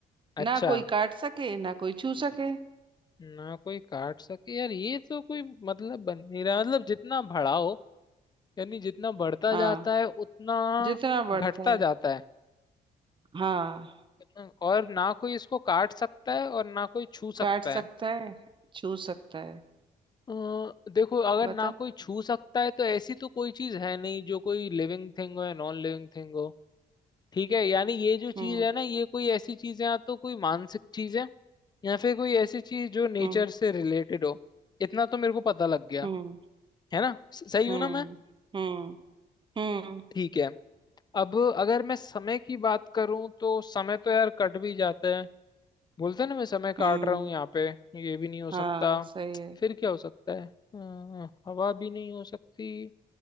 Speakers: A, on the left; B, on the right.
A: अच्छा
B: ना कोई काट सके ना कोई छू सके
A: ना कोई काट सके यार ये तो कोई मतलब बन नहीं रहा मतलब जितना बड़ा हो यानी जितना बढ़ता
B: हाँ
A: जाता है उतना
B: जितना बढ़ता
A: घटता
B: है
A: जाता है
B: हाँ
A: कितना- और ना कोई इसको काट सकता है और ना कोई छू
B: काट
A: सकता
B: सकता
A: है
B: है छू सकता है
A: अ, देखो अगर
B: बता
A: ना कोई छू सकता है तो ऐसी तो कोई चीज है नहीं जो कोई लिविंग थिंग हो या नॉन लिविंग थिंग हो ठीक है यानी ये जो
B: हम्म
A: चीज है ना ये कोई ऐसी चीज है या तो कोई मानसिक चीज है या फिर कोई ऐसी चीज जो नेचर
B: हम्म
A: से रिलेटेड हो इतना तो मेरे को पता लग गया
B: हम्म
A: है ना स- सही
B: हम्म
A: हूं ना मैं
B: हम्म हम्म
A: ठीक है अब अगर मैं समय की बात करूं तो समय तो यार कट भी जाता है बोलते हैं ना मैं समय काट
B: हम्म
A: रहा हूँ यहाँ पे ये भी नहीं हो सकता
B: हाँ सही है
A: फिर क्या हो सकता है अ, हवा भी नहीं हो सकती